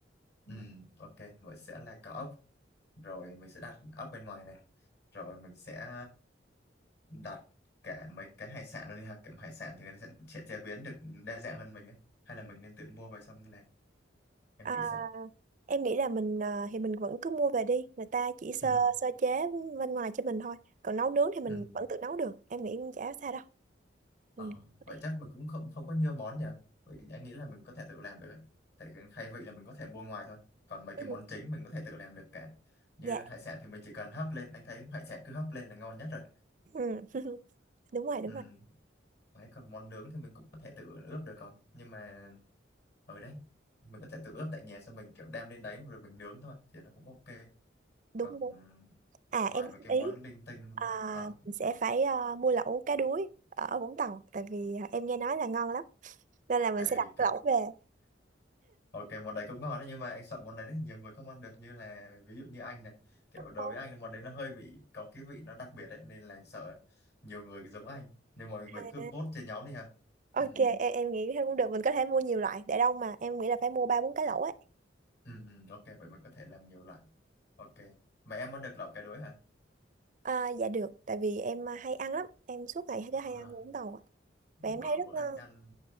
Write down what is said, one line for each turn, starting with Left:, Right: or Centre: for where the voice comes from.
Left: Ừ. Ừ, ok, vậy sẽ là có ốc, rồi mình sẽ đặt ốc bên ngoài này. Rồi mình sẽ đặt cả mấy cái hải sản luôn đi ha kiểu hải sản thì người ta sẽ, sẽ chế biến được đa dạng hơn mình ấy. hay là mình nên tự mua về xong làm em
Right: À,
Left: nghĩ sao
Right: Em nghĩ là mình ờ, thì mình vẫn cứ mua về đi, người ta chỉ sơ
Left: ừ.
Right: sơ chế bên ngoài cho mình thôi. Còn nấu nướng thì mình
Left: Ừ.
Right: vẫn tự nấu được. Em nghĩ cũng chả sao đâu.
Left: Ờ,
Right: Ừ.
Left: vậy
Right: đi.
Left: chắc mình cũng không không có nhiều món nhỉ vậy anh nghĩ là mình có thể tự làm được ấy. tại cái khai vị là mình có thể mua ngoài thôi còn mấy
Right: Ừ.
Left: cái món chính mình có thể tự làm được cả như
Right: Dạ.
Left: hải sản thì mình chỉ cần hấp lên anh thấy hải sản cứ hấp lên là ngon nhất rồi
Right: Ừ. <laughs> Đúng rồi, đúng
Left: ừ.
Right: rồi.
Left: Đấy, còn món nướng thì mình cũng có thể tự ướp được còn nhưng mà ở đấy mình có thể tự ướp tại nhà xong mình kiểu đem lên đấy rồi mình nướng thôi thì nó cũng ok
Right: Đúng
Left: còn
Right: đúng. À
Left: vài
Right: em góp
Left: mấy cái
Right: ý
Left: món linh tinh
Right: à,
Left: ờ
Right: mình sẽ phải ờ, mua lẩu cá đuối ở Vũng Tàu tại vì ờ, em nghe nói là ngon lắm. Nên là mình
Left: ấy
Right: sẽ đặt
Left: kiểu
Right: lẩu về.
Left: ok món đấy cũng ngon đấy nhưng mà anh sợ món đấy, đấy nhiều người không ăn được như là ví dụ như anh này kiểu
Right: Ồ,
Left: đối với anh là món đấy nó hơi bị có cái vị nó đặc biệt đấy nên là sợ nhiều người giống anh nên mọi người
Right: à,
Left: cứ vote trên nhóm đi ha
Right: Ok,
Left: ừ.
Right: em em nghĩ thế cũng được. Mình có thể mua nhiều loại để đông mà. Em nghĩ là phải mua ba bốn cái lẩu ấy.
Left: Ừ, ừ, ok vậy mình có thể làm nhiều loại ok mà em ăn được lẩu cái đối hả
Right: À, dạ được, tại vì em à, hay ăn lắm, em suốt ngày cứ
Left: à
Right: hay ăn uống tàu, ạ. và em
Left: Ờ,
Right: thấy rất
Left: bữa
Right: ngon.
Left: anh ăn